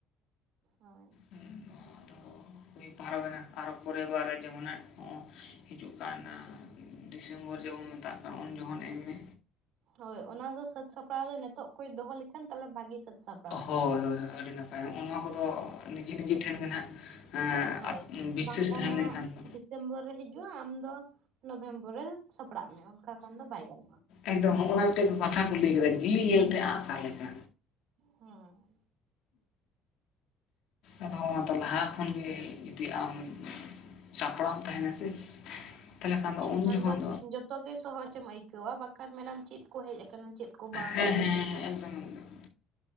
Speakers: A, on the right (about 65°); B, on the left (about 75°).
A: ᱦᱳᱭ
B: ᱦᱮᱸ ᱱᱚᱣᱟ ᱰᱷᱟᱣ ᱦᱩᱭ ᱯᱟᱨᱚᱢᱱᱟ ᱟᱨᱚ ᱯᱚᱨᱮᱵᱟᱨ ᱨᱮ ᱡᱮᱢᱚᱱ ᱦᱟᱸᱜ ᱦᱚᱸ ᱦᱤᱡᱩᱜ ᱠᱟᱱ ᱰᱤᱥᱮᱢᱵᱚᱨ ᱨᱮᱵᱚᱱ ᱢᱮᱛᱟᱜ ᱠᱟᱱ ᱩᱱ ᱡᱚᱠᱷᱚᱱ ᱮᱢ ᱢᱮ
A: ᱦᱳᱭ ᱚᱱᱟ ᱫᱚ ᱥᱟᱹᱛ ᱥᱟᱯᱲᱟᱣ ᱫᱚ ᱱᱤᱛᱚᱜ ᱠᱷᱚᱡ ᱫᱚᱦᱚ ᱞᱮᱠᱷᱟᱱ ᱛᱟᱦᱚᱞᱮ ᱵᱷᱟᱹᱜᱤ ᱥᱟᱹᱛ ᱥᱟᱯᱲᱟᱣ ᱦᱩᱭᱩᱜᱼᱟ
B: ᱦᱳᱭ ᱦᱳᱭ ᱟᱹᱰᱤ ᱱᱟᱯᱟᱭ ᱱᱚᱜᱼᱚ ᱱᱚᱣᱟ ᱠᱚᱫᱚ ᱱᱤᱡᱮ ᱱᱤᱡᱮ ᱴᱷᱮᱱ ᱜᱮ ᱱᱟᱜ ᱦᱮᱸ
A: ᱦᱳᱭ
B: ᱵᱤᱥᱮᱥ
A: ᱵᱟᱝᱠᱷᱟᱱ
B: ᱛᱟᱦᱮᱸ
A: ᱦᱟᱸᱜ
B: ᱞᱮᱱᱠᱷᱟᱱ ᱫᱚ
A: ᱰᱤᱥᱮᱢᱵᱚᱨ ᱨᱮ ᱦᱤᱡᱩᱜᱼᱟ ᱟᱢ ᱫᱚ ᱱᱚᱵᱷᱮᱢᱵᱚᱨ ᱨᱮ ᱥᱟᱯᱲᱟᱜ ᱢᱮ ᱚᱱᱠᱟ ᱠᱷᱟᱱ ᱫᱚ ᱵᱟᱭ ᱜᱟᱱᱚᱜᱼᱟ
B: ᱮᱠᱫᱚᱢ ᱱᱚᱜᱼ ᱱᱟ ᱢᱤᱫᱴᱮᱱ ᱠᱟᱛᱷᱟ ᱠᱚ ᱞᱟᱹᱭ ᱠᱮᱫᱟ ᱡᱤᱞ ᱧᱮᱞᱛᱮ ᱟᱸᱜ ᱥᱟᱵᱽ ᱞᱮᱠᱟ
A: ᱦᱩᱸ
B: ᱟᱫᱚ ᱚᱱᱟ ᱫᱚ ᱞᱟᱦᱟ ᱠᱷᱚᱱᱜᱮ ᱡᱩᱫᱤ ᱟᱢ ᱥᱟᱯᱲᱟᱢ ᱛᱟᱦᱮᱱᱟ ᱥᱮ ᱛᱟᱦᱚᱞᱮ ᱠᱷᱟᱱ
A: ᱮᱸᱰᱮᱠᱷᱟᱱ
B: ᱩᱱ ᱡᱚᱠᱷᱚᱱ
A: ᱫᱚ ᱡᱚᱛᱚ ᱜᱮ ᱥᱚᱦᱚᱡᱽ ᱮᱢ ᱟᱹᱭᱠᱟᱹᱣᱟ ᱵᱟᱠᱷᱟᱱ ᱢᱮᱱᱟᱢ ᱪᱮᱫ ᱠᱚ ᱦᱮᱡ ᱟᱠᱟᱱᱟ ᱪᱮᱫ ᱠᱚ ᱵᱟᱝ
B: ᱦᱮᱸ ᱦᱮᱸ ᱮᱠᱫᱚᱢ ᱮᱠᱫᱚᱢ